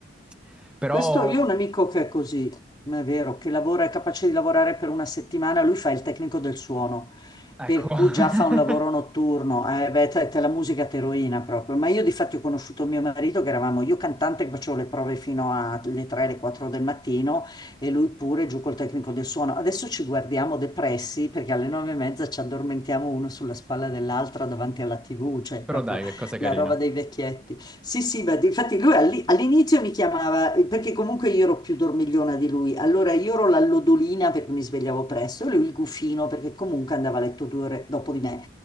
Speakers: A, in the centre; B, on the left (about 20°).
A: <laughs> Però,
B: Questo io ho un amico che è così, ma è vero, che lavora, è capace di lavorare per una settimana, lui fa il tecnico del suono,
A: ecco.
B: per
A: <laughs>
B: cui già fa un lavoro notturno, eh, beh, te, te la musica te rovina proprio. Ma io di fatto ho conosciuto mio marito che eravamo io cantante che facevo le prove fino alle 3, alle 4 del mattino e lui pure giù col tecnico del suono. Adesso ci guardiamo depressi perché alle 9 e mezza ci addormentiamo uno sulla spalla dell'altra davanti alla TV, cioè
A: Però
B: proprio
A: dai, che cosa carina.
B: la roba dei vecchietti. Sì, sì, ma infatti lui all'i- all'inizio mi chiamava, eh, perché comunque io ero più dormigliona di lui, allora io ero la lodolina perché mi svegliavo presto, e lui il gufino perché comunque andava a letto due ore dopo di me.